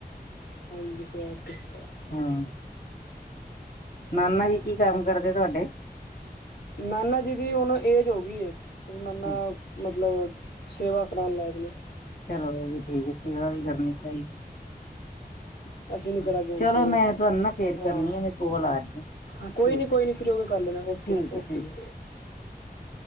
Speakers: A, on the left (about 80°); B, on the left (about 60°).
A: ਹਾਂਜੀ <unintelligible>
B: ਹਮ ਨਾਨਾ ਜੀ ਕੀ ਕੰਮ ਕਰਦੇ ਤੁਹਾਡੇ
A: ਨਾਨਾ ਜੀ ਦੀ ਹੁਣ ਏਜ ਹੋ ਗਈ ਨਾਨਾ
B: ਅੱਛਾ
A: ਮਤਲਬ ਸੇਵਾ ਕਰਾਉਣ ਲੈ ਗਏ।
B: ਚਲੋ ਇਹ ਵੀ ਠੀਕ ਆ ਸੇਵਾ ਵੀ ਕਰਨੀ ਚਾਹੀਦੀ ਏ।
A: ਅਸੀਂ ਨਹੀਂ ਕਰਾਂਗੇ ਹੁਣ
B: ਚਲੋ
A: ਕੋਲ
B: ਮੈਂ ਤੁਹਾਨੂੰ ਨਾ ਫੇਰ
A: ਹਾਂ
B: ਕਰਨੀ ਆ ਮੇ ਕੋਲ ਆ ਰਹੀ।
A: ਹਾਂ ਕੋਈ
B: ਠੀਕ
A: ਨਹੀਂ ਕੋਈ ਨਹੀ ਫਰੀ ਹੋ ਕੇ ਕਰ ਲੈਣਾ ਓਕੇ-
B: ਠੀਕ ਹੈ
A: ਓਕੇ
B: ਠੀਕ
A: ਜੀ।
B: <inaudible>